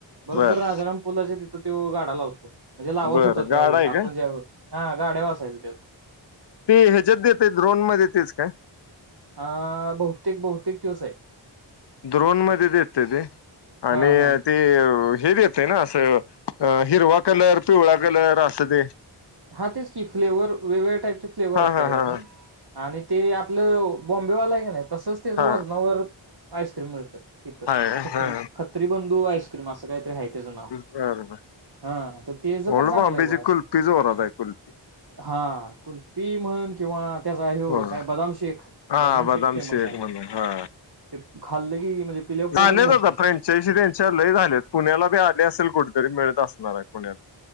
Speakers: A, on the right; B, on the left.
A: बरोबर
B: बर
A: राजाराम पुला च्या तिथं त्यो गाडा लावतो म्हणजे लावत
B: बर
A: होता त्यावेळेस
B: गाडा आहे
A: आपण
B: का
A: जेव्हा होत हा गाड्या व असयच.
B: ते ह्याच्यात देताये द्रोन मध्ये तेच का?
A: अ बहुतेक बहुतेक त्योच आहे.
B: द्रोन मध्ये देतय ते आणि
A: हा हा
B: ते हे देतय ना असं हिरवा कलर, पिवळा कलर, असं ते.
A: हा तेच की फ्लेवर वेगवेगळ्या टाईपचे फ्लेवर
B: हा
A: आहेत त्याकड
B: हा हा
A: पण. आणि ते आपलं बॉम्बेवाला आहे का नाही तसंच त्याच
B: हा
A: वजनावर आईस्क्रीम मिळतं. तीथ
B: हाय
A: खत्री,
B: हा
A: खत्री बंधू आईस्क्रीम असं काहीतरी आहे. त्याच नाव
B: बर बर
A: हा त येच
B: ओल्ड
A: पण चांगलं
B: बॉम्बेची
A: आहे बॉ आईस
B: <unintelligible>
A: हा कुल्पी म्हण किंवा त्याचा ह्यो
B: हो
A: काय बदाम शेख,
B: हा
A: बदाम शेख फेमस
B: शेक
A: आहे.
B: म्हणून हा
A: ते खाल्ल की म्हणजे. पिल्यावर पोटच
B: झालेत
A: भरते
B: आता फ्रँचाईसी त्यांच्या लयी झालेत पुण्याला बी आले असेल कुठेतरी मिळत असणार आहेत. पुण्यात